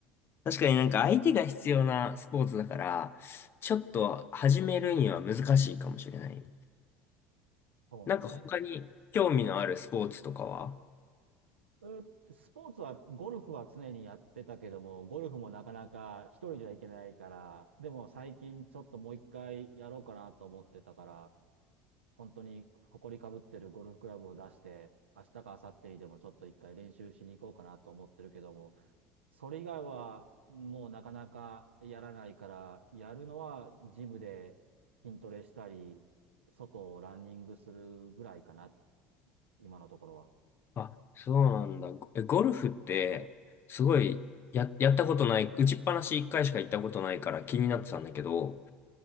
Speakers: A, on the left (about 40°); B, on the right (about 80°).
A: 確かになんか相手が必要なスポーツだから、ちょっと始めるには難しいかもしれない。
B: そうなんだよね。
A: なんか他に興味のあるスポーツとかは
B: うスポーツは、ゴルフは常にやってたけども、ゴルフもなかなか一人じゃいけないから、でも最近ちょっともう一回やろうかなと思ってたから、本当に埃かぶってるゴルフクラブを出して、明日か明後日にでもちょっと一回練習しに行こうかなと思ってるけども、それ以外はもうなかなかやらないから、やるのはジムで筋トレしたり、外をランニングするぐらいかな、今のところは。
A: あ、そうなんだ。え、ゴルフって、すごい、や、やったことない、打ちっぱなし一回しか行ったことないから気になってたんだけど、